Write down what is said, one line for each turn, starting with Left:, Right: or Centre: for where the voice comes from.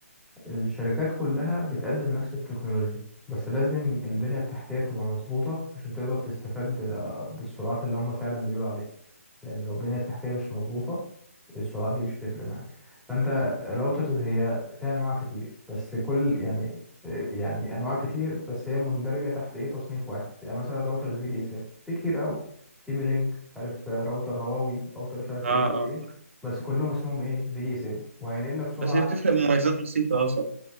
Centre: الشركات كلها بتقدم نفس التكنولوجيا بس لازم البنية التحتية تبقى مظبوطة عشان تقدر تستفاد ب- بالسرعات اللي هم فعلا بيقولوا عليها لان لو البنيه التحتيه مش مظبوطه السرعات دي مش هتفرق معاك فانت الراوترز هي فيها انواع كتير بس كل يعني يعني انواع كتير بس هي مندرجه تحت ايه تصنيف واحد يعني مثلا راوترز في دي اس ال في كتير قوي تي بي لينك مش عارف راوتر هواوي راوتر مش عارف
Right: آه
Centre: ايه ايه
Right: آه
Centre: ايه بس كلهم اسمهم ايه في دي اس ال وهينقل لك سرعه
Right: بس هي
Centre: عاليه
Right: بتفرق مميزات بسيطة أصلا